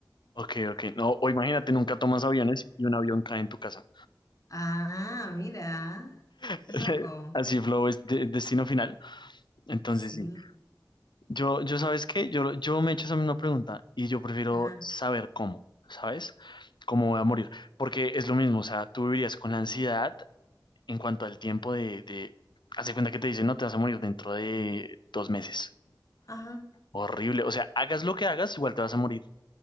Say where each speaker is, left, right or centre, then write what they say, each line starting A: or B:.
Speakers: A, on the left; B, on the left.
A: Ok, ok. No, o imagínate, nunca tomas aviones y un avión cae en tu casa.
B: Ah, mira,
A: <laughs>
B: qué loco.
A: Así flow es de- destino final. Entonces,
B: Sí.
A: sí. Yo, yo, ¿sabes qué? Yo, yo me he hecho esa misma pregunta y yo prefiero
B: Ajá,
A: saber cómo, ¿sabes? Cómo voy a morir. Porque es lo mismo, o sea, tú vivirías con la ansiedad en cuanto al tiempo de, de... Haz de cuenta que te dicen, no, te vas a morir dentro de dos meses.
B: ajá,
A: Horrible. O sea, hagas lo que hagas, igual te vas a morir,